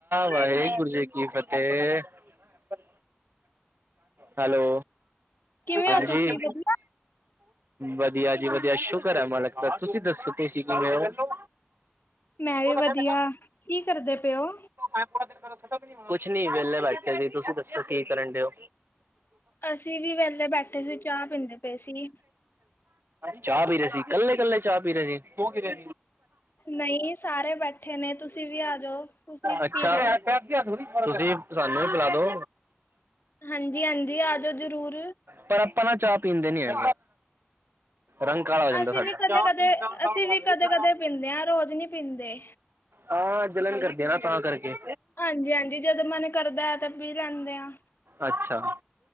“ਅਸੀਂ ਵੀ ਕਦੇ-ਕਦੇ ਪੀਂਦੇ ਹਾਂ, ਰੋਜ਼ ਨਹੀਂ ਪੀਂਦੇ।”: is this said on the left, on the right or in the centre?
Left